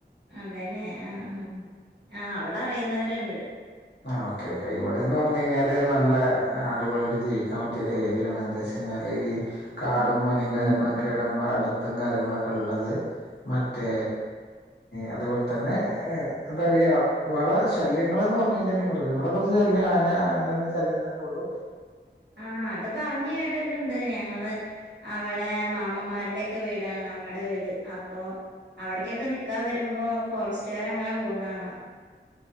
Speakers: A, on the right (about 75°); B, on the left (about 70°).
A: അതെല്ലേ ആഹ് ആഹ് ആഹ് അവിടെ അറിയുന്നവരുണ്ട്
B: ആഹ് ഓക്കെ ഓക്കേ ഇവിടെന്ന് പറഞ്ഞു കഴിഞ്ഞാല് നല്ല ആളുകളായിട്ട് ജീവിക്കാൻ പറ്റിയ ഏരിയാണ് എന്ത <unintelligible> കഴിഞ്ഞാല് ഈ കാടും
A: ഉം
B: മലയും കാര്യങ്ങളൊക്കെയാണ് നമ്മള അടുത്തും കാര്യങ്ങളൊക്കെ ഉള്ളത് മറ്റേ അതുപോലെ തന്നെ എന്താ പറയാ വേറെ ശല്യങ്ങളൾന്ന് പറഞ്ഞു കഴിഞ്ഞാൽ മൃഗങ്ങളെ കുറച്ച് ശല്യം ന അങ്ങനെല്ലാം ശല്യം തന്നെ ഉള്ളു
A: ആഹ് അത് പറഞ്ഞ് കേട്ടിട്ടുണ്ട് ഞങ്ങള് അവിടെ മാമമ്മാരുടെയൊക്കെ വീടാണ് നമ്മടെ വീട് അപ്പോ അവിടേക്കൊക്കെ നിക്കാൻ വരുമ്പോ ഫോറസ്റ്റുകാര് അങ്ങനെ പോന്ന കാണാം